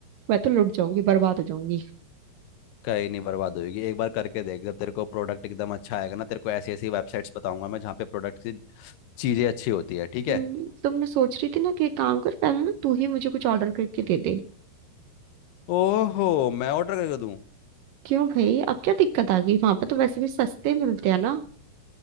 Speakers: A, on the right; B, on the left.
A: मैं तो लुट जाऊंगी बर्बाद हो जाऊंगी
B: कहीं नहीं बर्बाद होगी एक बार करके देख जब तेरे को प्रोडक्ट एकदम अच्छा आएगा ना तेरे को ऐसी ऐसी वेबसाइट्स बताऊंगा मैं जहाँ पे प्रोडक्ट की चीज़ें अच्छी होती है ठीक है
A: हम्म, तो मैं सोच रही थी ना कि एक काम कर पहले ना तू ही मुझे कुछ ऑर्डर करके दे दे
B: ओहो मैं ऑर्डर करके दूं
A: क्यों भाई अब क्या दिक्कत आ गई वहां पर तो वैसे भी सस्ते मिलते हैं ना